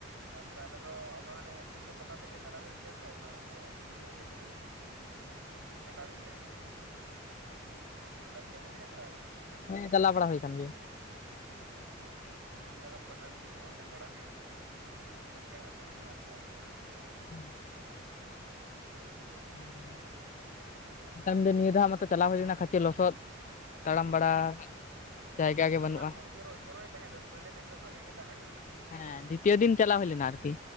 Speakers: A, on the right (about 70°); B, on the left (about 40°).
A: ᱛᱟᱯᱚᱨᱮ ᱟᱞᱮ ᱫᱚ ᱟᱫᱚ ᱦᱟᱸᱱᱮ ᱥᱤᱞᱫᱟᱹ ᱯᱟᱛᱟ ᱥᱮᱫ ᱜᱮ ᱪᱟᱞᱟᱜᱣ ᱦᱩᱭᱩᱜ ᱜᱮᱭᱟ ᱛᱚ ᱚᱱᱟᱫᱚ ᱯᱩᱡᱟᱹ ᱨᱮᱜᱮ ᱛᱚ ᱦᱩᱭᱩᱜ ᱜᱮᱭᱟ᱾ ᱯᱟᱴᱟᱵᱤᱫᱷᱟᱹ, ᱯᱟᱴᱟᱵᱤᱷᱟᱹ ᱵᱮᱱ ᱦᱮᱡ ᱵᱟᱲᱟ ᱠᱟᱱᱟ ᱥᱮ ᱵᱟᱝ?
B: ᱦᱮᱸ ᱪᱟᱞᱟᱣ ᱵᱟᱲᱟ ᱦᱩᱭ ᱠᱟᱱ ᱜᱮᱭᱟ᱾
A: ᱚ ᱦᱳᱭ ᱛᱚᱠᱷᱚᱱ ᱜᱮ ᱟᱫᱚ ᱯᱟᱴᱟᱵᱤᱫᱟᱹ ᱠᱚᱦᱚᱸ ᱥᱮᱱ ᱵᱟᱲᱟ ᱦᱩᱭᱩᱜᱼᱟ ᱛᱚ᱾ ᱯᱮᱲᱟ ᱠᱚᱦᱚᱸ ᱢᱮᱱᱟᱜ ᱠᱚᱣᱟ ᱚᱱᱛᱮ ᱨᱮ᱾
B: ᱦᱮᱸ <inaudible> ᱦᱮᱸ <inaudible> ᱯᱟᱴᱟ ᱵᱤᱱᱫᱟᱹ ᱱᱤᱭᱟᱹ ᱫᱷᱟᱣ ᱢᱟᱛᱚ ᱪᱟᱞᱟᱣ ᱦᱩᱭ ᱞᱮᱱᱟ ᱠᱷᱟᱪᱮ ᱞᱚᱥᱚᱫ, ᱛᱟᱲᱟᱢ ᱵᱟᱲᱟ
A: ᱦᱮᱸ
B: ᱡᱟᱭᱜᱟ ᱜᱮ
A: ᱟᱨ
B: ᱵᱟᱹᱱᱩᱜᱼᱟ
A: ᱫᱟᱜ ᱦᱚᱸ ᱡᱚᱨᱚ ᱡᱚᱨᱚᱭ ᱛᱟᱦᱮᱸ ᱫᱚ ᱯᱳᱭᱞᱳ ᱫᱤᱱ ᱫᱚ ᱵᱷᱟᱜᱮ ᱜᱮ ᱫᱟᱜ ᱠᱟᱫᱟᱭ᱾
B: ᱦᱮᱸ ᱫᱤᱛᱤᱭᱚ ᱫᱤᱱ ᱪᱟᱞᱟᱣ ᱦᱩᱭ ᱞᱮᱱᱟ ᱟᱨᱠᱤ᱾